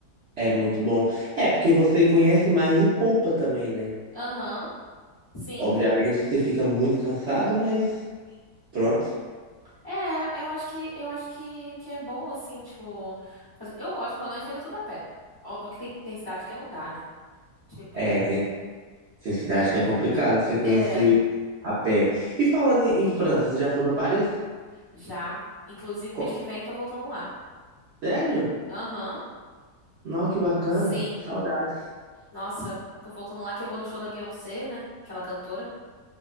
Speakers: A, on the right; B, on the left.
A: é muito bom. É porque você conhece mais e poupa também, né?
B: Aham. Sim.
A: Obviamente que você fica muito cansado, mas pronto.
B: É, eu acho que eu acho que, que é bom assim, tipo, fazer- eu gosto pelo menos de fazer tudo a pé. Óbvio que tem tem cidade que não dá, né? Tipo,
A: É, tem, tem cidade que é complicado você conhecer
B: é,
A: a pé. E falando em, em França, você já foi para Paris?
B: já, inclusive
A: Co-
B: mês que vem tô voltando lá.
A: Sério?
B: Aham.
A: Nossa, que bacana.
B: Sim.
A: Saudades.
B: Nossa, tô voltando lá que eu vou no show da Beyoncé, né? Aquela cantora.